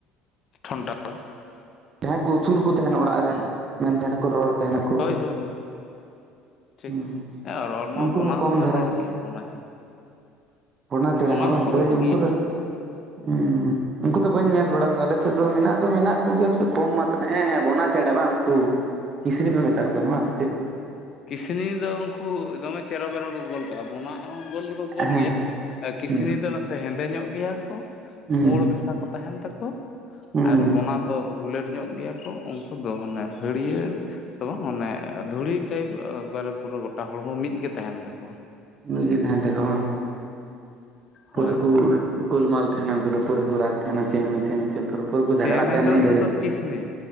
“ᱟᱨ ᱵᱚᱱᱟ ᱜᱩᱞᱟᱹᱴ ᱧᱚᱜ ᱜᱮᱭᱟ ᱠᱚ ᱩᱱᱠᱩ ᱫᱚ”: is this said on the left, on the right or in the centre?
Left